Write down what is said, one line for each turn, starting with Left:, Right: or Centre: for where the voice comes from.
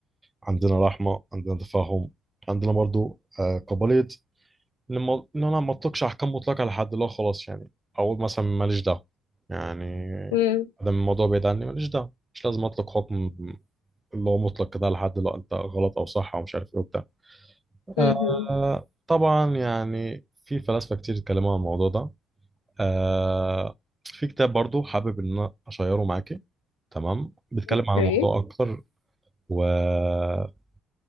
Right: عندنا رحمة عندنا تفاهم عندنا برضو آه، قابلية لما ان انا ما اطلقش احكام مطلقه لحد لا خلاص يعني اقول مثلا ماليش دعوه يعني
Left: امم
Right: ادام الموضوع بعيد عني ماليش دعوه مش لازم اطلق حكم اللي هو مطلق ده لحد لا انت غلط او صح او مش عارف ايه وبتاع
Left: امم
Right: آه طبعا يعني في فلاسفه كتير اتكلموا عن الموضوع ده آه في كتاب برضو حابب ان انا اشيره معاكي تمام بيتكلم
Left: اوكي
Right: عن الموضوع اكتر وحابب